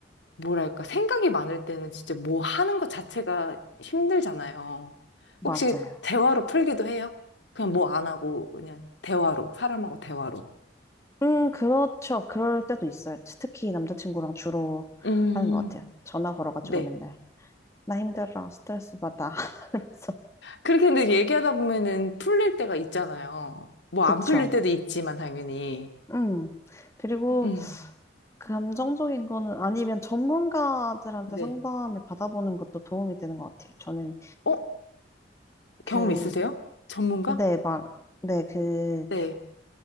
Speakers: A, on the left (about 75°); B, on the left (about 15°).
A: 뭐랄까, 생각이 많을 때는 진짜 뭐 하는 것 자체가 힘들잖아요.
B: 맞아요.
A: 혹시 대화로 풀기도 해요? 그냥 뭐 안 하고, 그냥 대화로, 사람하고 대화로.
B: 음, 그렇죠. 그럴 때도 있어요. 특히 남자친구랑 주로
A: 음,
B: 하는 것 같아요. 전화 걸어가지고
A: 네.
B: 맨날. 나 힘들어. 스트레스 받아. <laughs> 하면서.
A: 그렇게 근데 얘기하다 보면은 풀릴 때가 있잖아요. 뭐
B: 그쵸.
A: 안 풀릴 때도 있지만, 당연히.
B: 음. 그리고
A: 음,
B: 감정적인 거는 아니면 전문가들한테
A: 네.
B: 상담을 받아보는 것도 도움이 되는 것 같아요. 저는
A: 어?
B: 그
A: 경험 있으세요? 전문가?
B: 네, 막, 네, 그,
A: 네.